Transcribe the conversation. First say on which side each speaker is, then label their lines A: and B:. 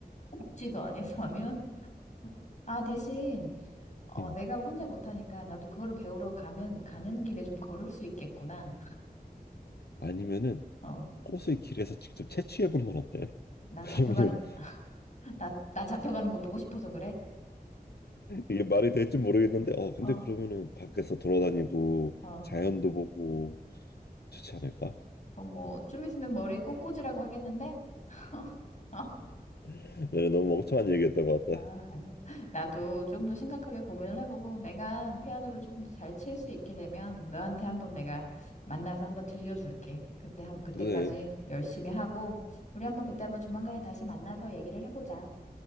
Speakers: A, on the left; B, on the left.
A: 복지도 안 해서 하면, <laughs> 아, 대신, 어,
B: 음.
A: 내가 혼자 못하니까 나도 그거를 배우러 가면, 가는 길에 좀 걸을 수 있겠구나.
B: 아니면은
A: 어,
B: 꽃을 길에서 직접 채취해 보는 건 어때? <laughs>
A: 나
B: 그러면은
A: 잡혀가는, 나, 나 잡혀가는 거 보고 싶어서 그래?
B: 이게 말이 될지 모르겠는데, 어, 근데
A: 어,
B: 그러면은 밖에서 돌아다니고
A: 어.
B: 자연도 보고 좋지 않을까?
A: 그럼 뭐, 좀 있으면 머리 꼬꼬지라고 하겠는데? <laughs> 아,
B: <laughs> 얘는 너무 멍청한 얘기했던 것 같다.
A: 아, 아니야. 나도 조금 더 심각하게 고민을 해보고 내가 피아노를 조금 더 잘 칠 수 있게 되면 너한테 한번 내가 만나서 한번 들려줄게. 그때 한 그때까지
B: 그래,
A: 열심히 하고 우리 한번 그때 한번 조만간에 다시 만나서 얘기를 해보자.